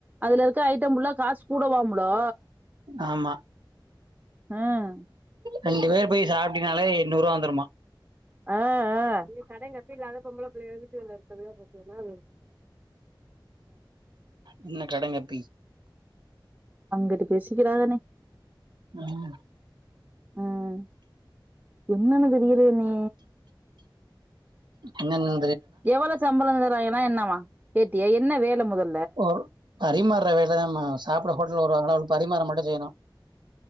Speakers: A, on the right (about 20°); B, on the right (about 65°).
A: அதுல இருக்கு ஐட்டம்ல்லாம் காசு கூடவாம்லோ
B: ஆமா
A: ம்
B: ரெண்டு பேர் போய் சாப்பிட்டனாலே எண்ணூறு ரூவா வந்துருமா
A: ஆஹ் கடைங்கப்பி இல்லாத பொம்பளை பிள்ள வீட்டுா
B: என்ன கடைங்கப்பி
A: அங்கட்டு பேசிக்கிறாகனே
B: உம்
A: ஆஹ் என்னன்னது வக்கிராது நே
B: என்னனு
A: எவ்வளவு சம்பளம் தராய என்னவாகேட்டியா என்ன வேலை முதல
B: ஒரு பரிமாறுற வேலைதான் மா சாப்பிட ஹோட்டல் வருவாங்கள பரிமாற மட்டும் செய்யணும்